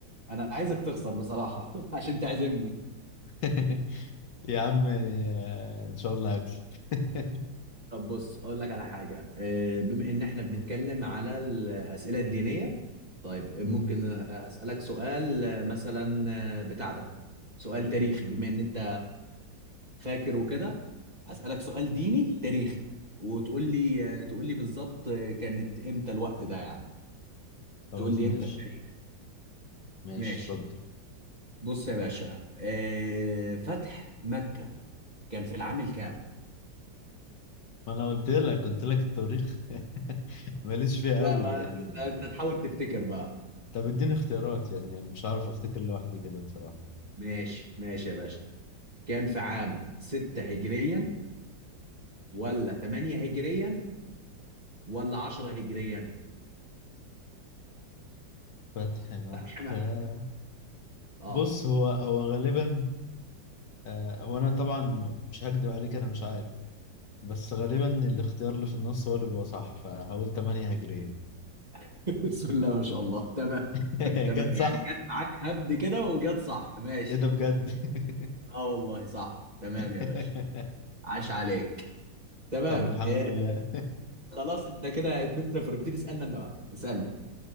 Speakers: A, on the right (about 20°); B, on the left (about 70°).
A: انا عايزك تخسر بصراحة <laughs> عشان تعزمني
B: <laughs> يا عم آه، ان شاء الله هكسب <laughs>
A: طب بص اقول لك على حاجة آه، بما ان احنا بنتكلم على الأسئلة الدينية طيب ممكن
B: مم.
A: أسألك سؤال آه، مثلا آه، بتاع ده سؤال تاريخي بما ان انت فاكر وكده هسألك سؤال ديني تاريخي وتقول لي تقول لي بالظبط كانت امتى الوقت ده يعني
B: خلاص
A: تقول لي
B: ماشي
A: امتى التاريخ
B: ماشي
A: ماشي
B: اتفضل
A: بص يا باشا آه، فتح مكة كان في العام الكام
B: ما انا قلت لك قلت لك التاريخ <laughs> ماليش فيه قوي
A: لا ما
B: يعني
A: انت تحاول تفتكر بقى
B: طب اديني اختيارات يعني مش عارف افتكر لوحدي كده بصراحة
A: ماشي ماشي يا باشا كان في عام 6 هجريا ولا 8 هجريا ولا 10 هجريا
B: فتح مكة
A: فتح مكة اه
B: بص هو هو غالبا آه هو انا طبعا مش هكدب عليك انا مش عارف بس غالبا الاختيار اللي في النص هو اللي بيبقى صح فهقول 8 هجرية
A: <laughs> بسم الله ما شاء الله تمام
B: <laughs>
A: تمام
B: جت صح
A: يعني جت معاك هبد كده وجت صح ماشي
B: ايه ده بجد <laughs>
A: اه والله صح تمام
B: <laughs>
A: يا باشا عاش عليك تمام
B: طب الحمد
A: إيه
B: لله
A: خلاص انت كده اتنفنا فبتدي تسالنا انا بقى اسالني